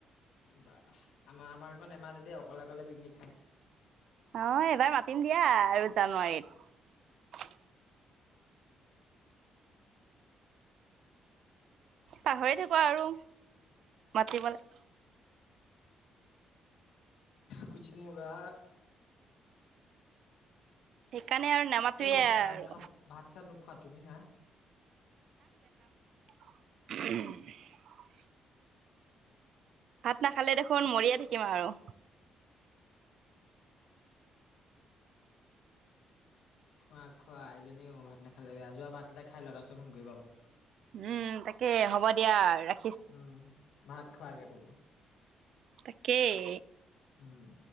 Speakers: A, on the left (about 80°); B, on the right (about 65°).
A: বা আমাৰ আমাৰ আকৌ নামাতে দেই অকলে অকলে পিকনিক খায়
B: অ এবাৰ মাতিম দিয়া আৰু জানুৱাৰীত পাহৰি থাকো আৰু মাতিবলে
A: কুচ নহী হৌগা
B: সেইকাৰণে আৰু নামাতোৱে
A: ঐ ভাত
B: আৰু
A: খা ভাত চাত নুখোৱা তুমি হা
B: উম ভাত নাখালে দেখোন মৰিয়ে থাকিম আৰু
A: খোৱা খোৱা আজনীও অ ভাত নাখালে যোৱা ভাতকেইটা খাই লোৱা তাছত ফোন কৰিবা মোক
B: উম তাকে হ'ব দিয়া ৰাখ
A: উম ভাত খোৱা গে তুমি
B: তাকেই
A: উম